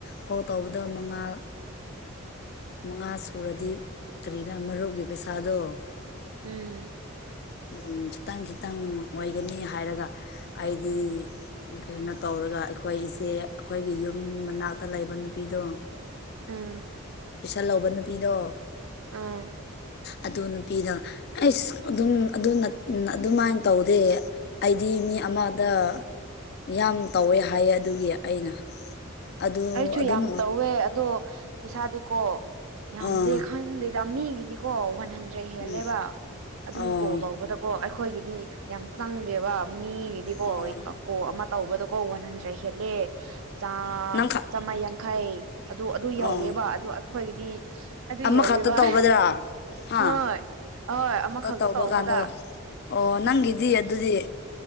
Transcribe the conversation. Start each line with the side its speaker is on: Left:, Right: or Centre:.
Left: ꯀꯣ ꯇꯧꯕꯗ ꯃꯉꯥ ꯃꯉꯥ ꯁꯨꯔꯗꯤ ꯀꯔꯤꯅ ꯃꯔꯨꯞꯒꯤ ꯄꯩꯁꯥꯗꯣ
Right: ꯎꯝ
Left: ꯎꯝ ꯈꯤꯇꯪ ꯈꯤꯇꯪ ꯑꯣꯏꯒꯅꯤ ꯍꯥꯏꯔꯒ ꯑꯩꯗꯤ ꯀꯩꯅꯣ ꯇꯧꯔꯒ ꯑꯩꯈꯣꯏ ꯏꯆꯦ ꯑꯩꯈꯣꯏꯒꯤ ꯌꯨꯝ ꯃꯅꯥꯛꯇ ꯂꯩꯕ ꯅꯨꯄꯤꯗꯣ
Right: ꯑꯝ
Left: ꯁꯜꯍꯧꯕ ꯅꯨꯄꯤꯗꯣ
Right: ꯑꯥ
Left: ꯑꯗꯨ ꯅꯨꯄꯤꯗ ꯑꯩꯁ ꯑꯗꯨꯝ ꯑꯗꯨ ꯑꯗꯨꯃꯥꯏꯅ ꯇꯧꯗꯦ ꯑꯩꯗꯤ ꯃꯤ ꯑꯃꯗ ꯌꯥꯝ ꯇꯧꯋꯦ ꯍꯥꯏꯌꯦ ꯑꯗꯨꯒꯤ ꯑꯩꯅ ꯑꯗꯨ
Right: ꯑꯩꯁꯨ
Left: ꯑꯗꯨꯝ
Right: ꯌꯥꯝ ꯇꯧꯋꯦ ꯑꯗꯣ ꯄꯩꯁꯥꯗꯤꯀꯣ ꯌꯥꯝꯗꯦ
Left: ꯑꯥ
Right: ꯈꯪꯗꯦꯗ ꯃꯤꯒꯤꯗꯤꯀꯣ ꯍꯟꯗ꯭ꯔꯦ ꯍꯦꯜꯂꯦꯕ
Left: ꯎꯝ
Right: ꯑꯗꯨꯝ
Left: ꯑꯣ
Right: ꯀꯣꯜ ꯇꯧꯕꯗꯀꯣ ꯑꯩꯈꯣꯏꯒꯤꯗꯤ ꯗꯤ ꯌꯥꯝ ꯆꯪꯗꯦꯕ ꯃꯤꯒꯤꯗꯤꯀꯣ
Left: ꯑꯣ
Right: ꯀꯣ ꯑꯃ ꯇꯧꯕꯗꯣ ꯀꯣ ꯋꯥꯟ ꯍꯟꯗ꯭ꯔꯦ ꯍꯦꯂꯦ ꯆꯥ
Left: ꯅꯪ
Right: ꯆꯥꯝꯃꯥ ꯌꯥꯡꯈꯩ ꯑꯗꯨ ꯑꯗꯨ ꯌꯧꯋꯦꯕ
Left: ꯑꯣ
Right: ꯑꯗꯨ ꯑꯩꯈꯣꯏꯒꯤꯗꯤ ꯑꯗꯨ
Left: ꯑꯃꯈꯛꯇ
Right: ꯌꯧꯔꯤꯕ
Left: ꯇꯧꯕꯗ꯭ꯔꯥ ꯍꯥ
Right: ꯍꯣꯏ ꯑꯣꯏ ꯑꯃꯈꯛꯇ
Left: ꯇꯧꯕ
Right: ꯇꯧꯕꯗ
Left: ꯀꯥꯟꯗ ꯑꯣ ꯅꯪꯗꯤ ꯑꯗꯨ ꯑꯗꯨꯗꯤ